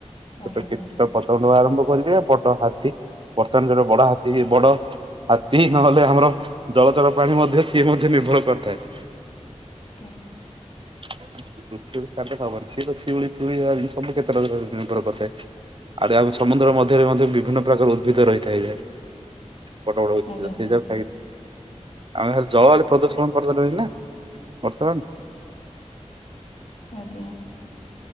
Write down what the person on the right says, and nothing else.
ଛୋଟ
କୀଟ
ପତଙ୍ଗରୁ ଆରମ୍ଭ କରିକି ବଡ ହାତୀ। ବର୍ତ୍ତମାନ ଯୋଉଟା ବଡ ହାତୀ ବଡ ତି ନହେଲେ ଆମର ଜଳଚର ପ୍ରାଣି ମଧ୍ୟ ସିଏ ମଧ୍ୟ ନିର୍ଭର କରିଥାଏ।
ବୃକ୍ଷ ସାର ଦେଲେ ହବନି ସିଏ ତ ଶିଉଳି ଫିଉଳି ସବୁ କ୍ଷେତ୍ରରେ ନିର୍ଭର କରିଥାଏ। ଆରେ ଆମ ସମୁଦ୍ର ମଧ୍ୟରେ ମଧ୍ୟ ବିଭିନ୍ନ ପ୍ରକାର ଉଦ୍ଭିଦ ରହିଥାଏ ବଡ ବଡ।
<unintelligible> ଆମେ ହେଲେ ଜଳ ହେଲେ ପ୍ରଦୂଷଣ କରିଦେଲେ ନା ବର୍ତ୍ତମାନ।